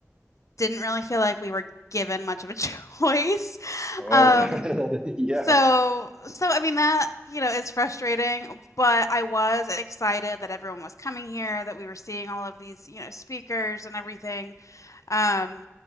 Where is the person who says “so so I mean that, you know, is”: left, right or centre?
Left